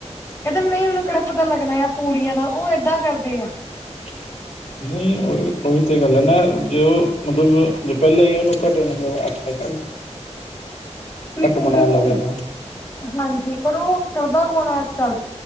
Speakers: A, on the left; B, on the left.
A: ਕੇਂਦੇ ਨਈ ਓਨੂੰ ਕੇੜਾ ਪਤਾ ਲੱਗਣੇ ਆ ਪੂੜੀਆਂ ਦਾ ਉ ਏਦਾਂ ਕਰਦੇ ਆ।
B: <inaudible> ਨਈ ਹੋਰ ਉਈ ਤੇ ਗਾਲ ਏ ਨਾ ਜੇ ਓ ਮਤਲਬ ਜੇ ਪੇਲੇ ਈ ਉਨੂੰ ਕਟ ਮਤਲਬ <unintelligible>
A: ਬਿਲਕੁਲ
B: ਕੱਟ ਬਣਾ
A: ਬਿਲਕੁਲ
B: ਲਵੇ ਤਾਂ।
A: ਹਾਂਜੀ ਪਰ ਓ ਕਰਦਾ ਕੌਣ ਏ ਅੱਜ-ਕੱਲ,